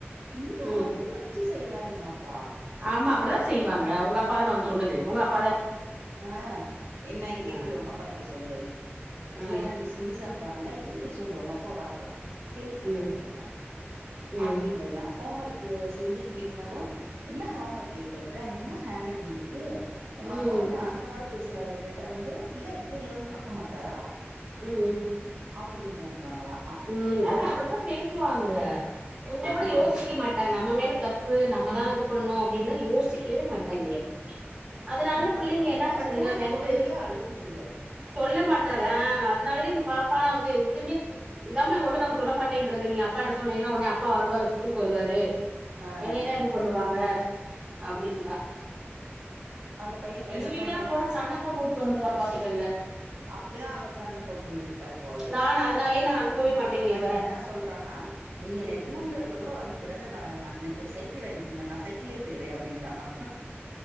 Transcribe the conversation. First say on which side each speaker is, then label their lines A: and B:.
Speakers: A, on the right (about 70°); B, on the right (about 20°).
A: இன்னொ
B: ம்
A: வரைக்கு வச்சு செய்றாய்ங்களாப்பா
B: ஆமா அப்புடிதா செய்வாங்க ஒங்க அப்பா தான வந்து சொன்னது ஒங்க அப்
A: அ என்ன இதுயு
B: ஆ
A: போய் ஒங்கஅப்பாட்ட போய்சொல்லு
B: ஆ
A: பிள்ளைஙக்ல்லா இப்டி சிந்தி சாப்புற்றாங்கல்ல இதுயும்போய் சொல்லு ஒங்க அப்பா வரட்டு கேள்வி கேக்கட்டு
B: ம் ம்
A: எங்கள
B: ம்
A: அப்டிங்க்றாங்கலா ஹோம்ஒர்க் க்கு செஞ்சுட்டு பெயிருந்தாலு என்ன ஹோம்ஒர்க் எழுதிட்டு வந்துருக்க என்ன ஹெண்ட்ரைட்டிங் இருக்கு உங்க
B: ம்
A: அப்பா மட்டு அந்த வாய் பேசுறாரு எங்ககிட்ட வந்து புள்ளய எப்டி எழுதுனு பாக்கமாட்டரா
B: ம்
A: அப்டின்ருக்காங்களா
B: ம் அதா அப்டித்தா பேசுவாங்க கொஞ்ச கூட
A: ம்
B: யோசிக்க மாட் ட்டாங்க நம்ம மேல தப்பு நம்மதா அது பண்ணோ அப்டில்லா யோசிக்கவே மாட்டாய்ங்க அதுனாலதா
A: இப்ப
B: பிள்ளைங்க
A: அந்த பைய
B: என்னா பண்ணதுங்க
A: ஸ்கூலுக்கு
B: வெந்து
A: போறதுக்கே
B: இரு
A: அழுகுதுக
B: சொல்லமாட்றாரு ஆ அதுனால எங்க பாப்பலா வந்து எதுவுமே இதாமே உங்கள்கிட்ட நாங்க சொல்ல மாட்டேன்றது நீங்க அப்பாட்ட சொன்னீங்கன்னா ஒன்னே அப்பா வருவார் ஸ்கூலுக்கு வருவாரு
A: ஆ
B: என்னயதா
A: ஆ
B: இது பண்ணுவாங்க அப்டின்றா
A: அந்த பைய இப்ப
B: எங்க
A: என்ன
B: வீட்டல்லா
A: பண்றான்
B: போனா சண்ட போட்டுவிட்ரு வந்துருவார் பாத்துக்கங்க
A: அப்டிதா அவர் சண்ட போட்டிருந்துருக் கார்போல
B: நான் அதனாலயே நா அனுப்பவே
A: இப்ப
B: மாட்டேங்க
A: அந்த பைய
B: இவர
A: என்ன சொல்றானா நீங்க
B: ம்
A: என்னையா டூ வீலர்ல கூட வந்து வுடவே வர வேணா எனக்கு ஒரு சைக்கிள் வாங்கி குடுங்க நா சைக்கிளே போய்ற்றே அப்டின்டானா